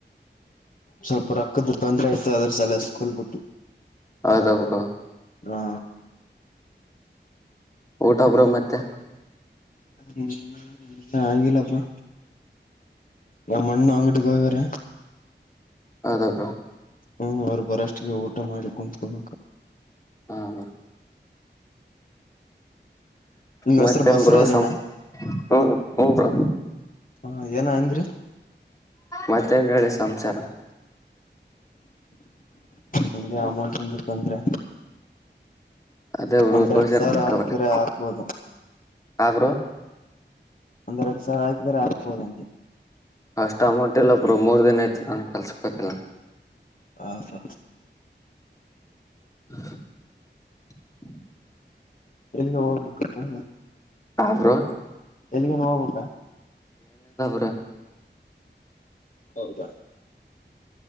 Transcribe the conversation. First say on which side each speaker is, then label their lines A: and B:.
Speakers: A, on the left (about 45°); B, on the left (about 15°).
A: ಸ್ವಲ್ಪ ರೊಕ್ಕದ ತೊಂದ್ರೆ ಆಯ ತ ಅದರ್ ಸಲೇ ಸ್ಕೂಲ್ ಬುಟ್ಟು.
B: ಹೌದ ಬ್ರೋ
A: ಹಾ
B: ಊಟಾ ಬ್ರೊ ಮತ್ತೆ.
A: ಹ್ಮ ಇನ್ನ್ ಆಗಿಲ್ಲಾ ಬ್ರೊ ನಮ್ಮಣ್ಣ ಅಂಗಡಿಗೆ ಹೋಗ್ಯಾರೆ.
B: ಹೌದಾ ಬ್ರೊ.
A: ಹ್ಮ ಅವರು ಬರೋಷ್ಟಿಗೆ ಊಟ ಮಾಡಿ ಕುಂತ್ಕೋಬೇಕ.
B: ಹಾ ಬ.
A: ನಿಮ್
B: ಮತ್ತೆನ್
A: ಹೆಸರು ಬಸವರಾಜನಾ
B: ಬ್ರೊ ಸಂ ಹ್ಮ ಹು ಬ್ರೊ.
A: ಹಾ ಏನ ಅಂದ್ರಿ.
B: ಮತ್ತೇನ್ ಹೇಳಿ ಸಂಸಾರಾ.
A: ನಮಗೆ ಅಮೌಂಟ್ ಹೇಳಿದ್ ತಂದ್ರಾ.
B: ಅದೇ ಬ್ರೋ
A: ಒಂದರಕ್
B: ಗೋಚರ್
A: ಸಾರ
B: ಮಾಡ್ಕೊಬೇಕ್ರಿ
A: ಹಕರೆ ಹಾಕ್ಬೋದು.
B: ಆ ಬ್ರೋ
A: ಒಂದೆರಡ್ ಸಾವಿರ ಹಾಕಿದರೆ ಆಕ್ಬೊದಂದೆ.
B: ಅಷ್ಟ ಅಮೌಂಟ್ ಇಲ್ಲ ಬ್ರೊ ಮೂರ್ ದಿನ ಆಯ್ತು ನಾ ಕೆಲ್ಸಕ್ ಹೋಗಿಲ್ಲಾ.
A: ಆ ಹಾ.
B: <inaudible>
A: ಎಲ್ಲಿಗೆ ಹೋಗ್ಬೇಕಪ್ಪಾ.
B: ಹಾ ಬ್ರೊ.
A: ಎಲ್ಲಿಗೇನ ಹೋಗ್ಬೇಕ
B: ಹ
A: ಹೌದ